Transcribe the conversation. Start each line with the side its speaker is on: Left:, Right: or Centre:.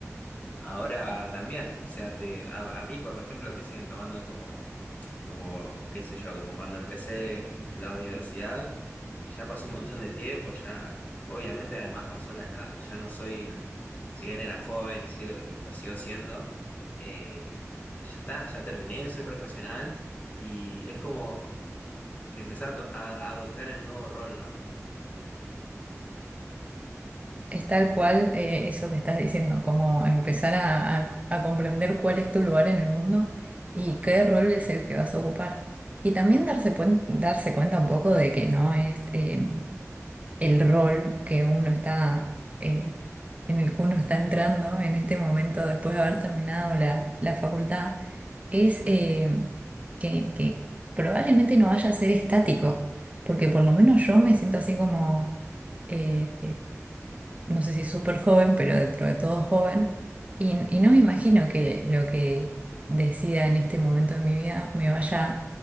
Left: Ahora también, o sea, te, a, a mí, por ejemplo, me siguen tomando como, como, qué sé yo, como cuando empecé la universidad y ya pasó un montón de tiempo, ya, obviamente además pasó la edad, ya no soy, el- si bien era joven y, sigo, y lo sigo siendo, eh, ya está, ya terminé, soy profesional y es como empezar a, to- a- a adoptar el nuevo rol, ¿no?
Right: Es tal cual eh, eso que estás diciendo, como empezar a, a- a comprender cuál es tu lugar en el mundo y qué rol es el que vas a ocupar. Y también darse, cuen- darse cuenta un poco de que no es eh, el rol que uno está, eh, en el que uno está entrando en este momento después de haber terminado la, la facultad, es eh, que, que probablemente no vaya a ser estático, porque por lo menos yo me siento así como... eh, no sé si súper joven, pero dentro de todo joven, y, y no me imagino que lo que decida en este momento de mi vida me vaya